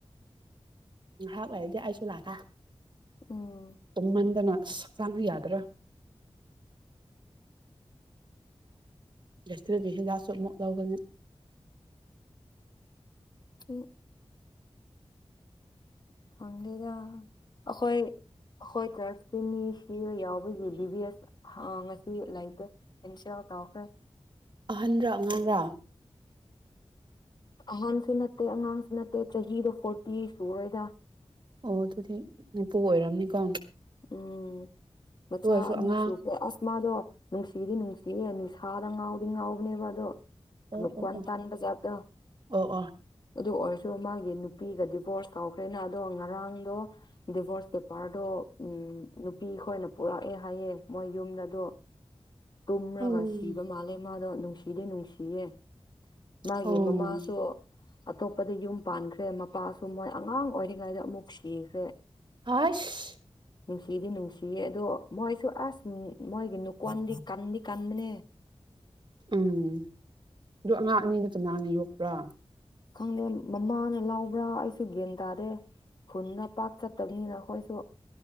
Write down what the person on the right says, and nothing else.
ꯍꯥꯏꯉꯥꯛ ꯂꯩꯔꯗꯤ ꯑꯩꯁꯨ ꯂꯥꯛꯀꯦ
ꯇꯨꯝꯃꯟꯗꯅ ꯑꯁ ꯍꯛꯆꯥꯡꯁꯨ ꯌꯥꯗ꯭ꯔꯦ ꯂꯦꯁꯇ ꯍꯤꯟꯗꯥꯛꯁꯨ ꯑꯃꯨꯛ ꯂꯧꯒꯅꯤ
ꯑꯍꯟꯔ ꯑꯉꯥꯡꯔꯥ
ꯑꯣ ꯑꯗꯨꯗꯤ ꯃꯄꯨ ꯑꯣꯏꯔꯝꯅꯤꯀꯣ
ꯑꯣꯏꯔꯁꯨ
ꯑꯉꯥꯡ
ꯑꯣ
ꯑꯣ ꯑꯣ
ꯑꯣ ꯑꯣ
ꯎꯝ
ꯑꯣ
ꯍꯁ
ꯎꯝ ꯑꯗꯨ ꯑꯉꯥꯡ ꯑꯅꯤꯗꯨ ꯀꯅꯥꯅ ꯌꯣꯛꯄ꯭ꯔꯥ